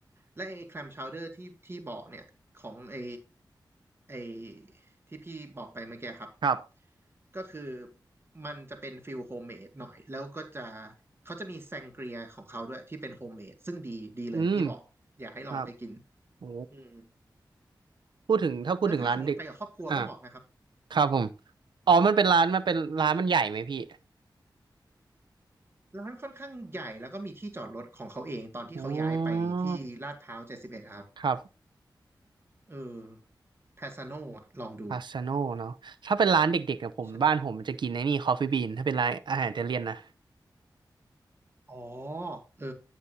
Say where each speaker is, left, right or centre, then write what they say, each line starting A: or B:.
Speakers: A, on the right (about 30°); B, on the right (about 75°).
A: และไอแคลมชาวเดอร์ที่ที่บอกเนี่ยของไอไอที่พี่บอกไปเมื่อกี้ครับ
B: ครับ
A: ก็คือมันจะเป็นฟิลโฮมเมดหน่อยแล้วก็จะเขาจะมีแซงเกรียของเขาด้วยที่เป็นโฮมเมดซึ่งดีดีเลยพี่บอกอยากให้ลองไปกิน
B: อืมครับโอ้
A: อืม
B: พูดถึงถ้าพูดถึงร้านเด็ก
A: ถ้าถ้าสมมติไปกับครอบครัวก็เหมาะนะครับ
B: อ่ะครับผมอ๋อมันเป็นร้านมันเป็นร้านมันใหญ่ไหมพี่
A: ร้านค่อนข้างใหญ่แล้วก็มีที่จอดรถของเขาเองตอนที่เขาย้ายไปที่ลาดพร้าวเจ็ดสิบเอ็ดครับ
B: อ๋อครับ
A: เออแพสาโนอ่ะลองดู
B: พาสซาโนเนาะถ้าเป็นร้านเด็กๆกับผมบ้านผมมันจะกินไอ้นี่คอฟฟี่บีนถ้าเป็นร้านอาหารอิตาเลียนนะ
A: ใช่อ๋อเออ